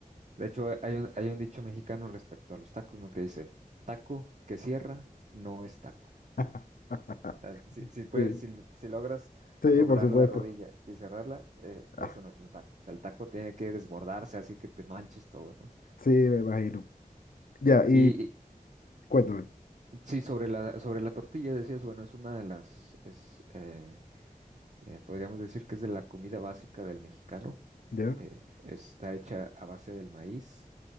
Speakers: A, on the right; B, on the left.
A: De hecho, eh, hay un, hay un dicho mexicano respecto a los tacos, ¿no? Que dice, taco que cierra no es taco.
B: <laughs>
A: O sea, si, si, puedes-
B: Sí,
A: si, si logras
B: sí,
A: doblar
B: por supuesto.
A: la rodilla y cerrarla, eh,
B: <laughs>
A: eso
B: Ah,
A: no es un taco. O sea, el taco tiene que desbordarse así que te manches todo, ¿no?
B: Sí, me imagino. Ya, y
A: Y,
B: cuéntame.
A: Sí, sobre la, sobre la tortilla decías, bueno, es una de las, es, eh, eh, podríamos decir que es de la comida básica del mexicano.
B: ¿Ya?
A: eh, está hecha a base del maíz